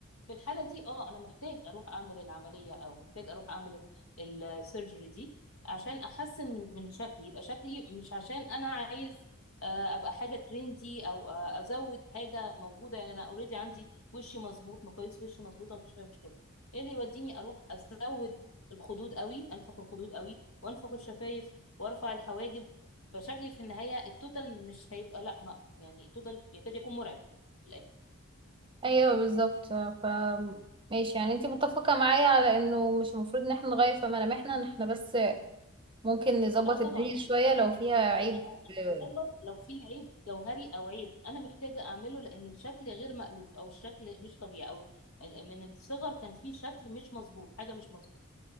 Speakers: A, on the left (about 75°); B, on the right (about 25°).
A: في الحالة دي اه انا محتاج اروح اعمل العملية او محتاج اروح اعمل ال- السيرجري دي عشان احسن من من شكلي يبقى شكلي مش عشان انا عايز آه، ابقى حاجة ترندي او آه، ازود حاجة موجودة يعني انا اوريدي عندي وشي مظبوط مقاييس وشي مظبوطة مفيش فيها مشكلة ايه اللي يوديني اروح ازود الخدود قوي انفخ الخدود قوي وانفخ الشفايف وارفع الحواجب فشكلي في النهاية التوتال مش هيبقى لا ما يعني التوتال يكاد يكون مرعب في الآخر.
B: ايوه بالظبط ف ماشي يعني انتي متفقة معايا على انه مش المفروض ان احنا نغير في ملامحنا ان احنا بس ممكن نظبط
A: لا طبعا
B: الدنيا شوية لو فيها عيب
A: انا انا
B: آه،
A: بظبط لو في عيب جوهري او عيب انا محتاجه اعمله لان الشكل غير مألوف او الشكل مش طبيعي او ال- من الصغر كان في شكل مش مظبوط حاجه مش مظبوطه